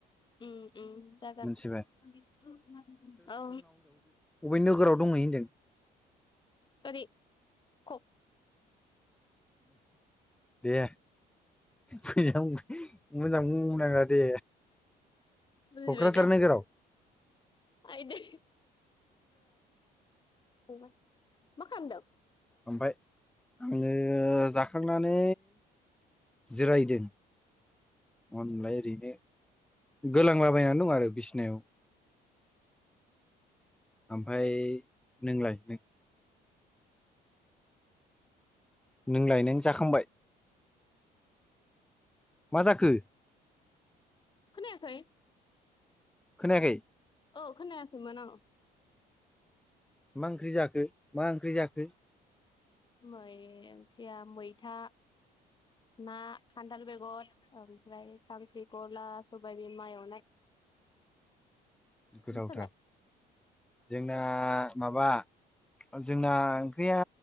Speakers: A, on the left; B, in the centre.
A: उम उम जागोन
B: मोनथिबाय
A: औ।
B: अबे नोगोराव दंहैयो होनदों।
A: ओरै कख
B: दे। फै मोजां बुं नाङा दे।
A: बुजिबाय
B: क'क्राझार
A: दा
B: नोगोराव?
A: आइदै ओ मा खामदों?
B: ओमफाय आङो जाखांनानै जिरायदों। अनलाय ओरैनो गोलांलाबायनानै दं आरो बिसिनायाव। ओमफाय नोंलाय नों? नों लाय नों जाखांबाय? मा जाखो?
A: खोनायाखै?
B: खोनायाखै।
A: औ खोनायाखैमोन ओं।
B: मा ओंख्रि जाखो मा ओंख्रि जाखो?
A: मै ओंख्रिया मैथा। ना खान्थाल बेगर ओमफ्राय खांख्रि खला सबाय बिमा एवनाय।
B: गोथावथार
A: नोंसोरलाय
B: जों <unintelligible> माबा जोंना ओंख्रिया